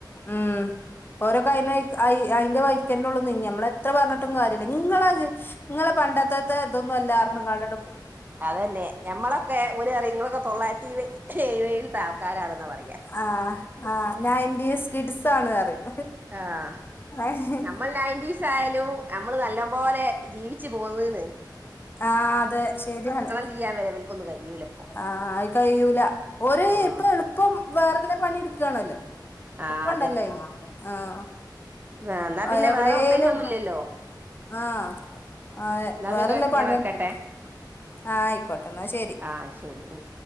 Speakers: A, on the left; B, on the right.
A: ഉം ഓരോ കയി <unintelligible> അയിന്റെ വൈക്കന്നെ ഉള്ളൂ നീങ്ങേ നമ്മൾ എത്ര പർഞ്ഞിട്ടും കാര്യല്ല ഇങ്ങളത് ഇങ്ങളെ പണ്ടത്തത്തെ ഇതൊന്നും അല്ല അർഞ്കാണ്ട്ങ്ട്ട്
B: അതല്ലെ ഞമ്മളൊക്കെ ഒര് അറിം ഇങ്ങളൊക്കെ തൊള്ളായ്ര്ത്തി ഇര് വ എയ് വേത്തേ ആൾക്കാരാണെന്ന പറ പറഞ്ഞയുന്നത്
A: ആഹ് ആഹ് നയൻ്റീസ് കിഡ്സ് ആണ് പറയും.
B: ആഹ്
A: ഏഹ്
B: നമ്മൾ നയൻ്റീസ് ആയാലും നമ്മൾ നല്ല പോലെ ജീവിച്ച് പോന്ന് ന്ന്
A: ആഹ് അതെ ശെരിയാണ്
B: ചെയ്യാൻ വരെ ഇവർക്കൊന്നും കഴിയൂല ഇപ്പൊ
A: ആഹ് ആയി കയ്യൂല്ല ഒരു
B: ഉം
A: ഇപ്പൊ എളുപ്പം വേറെല്ല പണി ഇട്ക്കാണല്ലോ
B: ആഹ്
A: എള്പ്പണ്ടല്ലോ അയിഞ് ആഹ്
B: എന്ന
A: ആഹ്
B: പിന്നെ
A: എവിടേലും
B: വേറെ പ്രത്യേയ്ച്ച് ഒന്നും ഇല്ലല്ലോ
A: ആഹ് അതെ വേറെല്ല
B: പിന്നെ
A: പണിയൺ
B: ഞാൻ വെക്കട്ടെ
A: ഇട്ക്ക ആഹ് അയ്ക്കോട്ടെ ന്നാ ശെരി
B: ആഹ് ശരി ഉം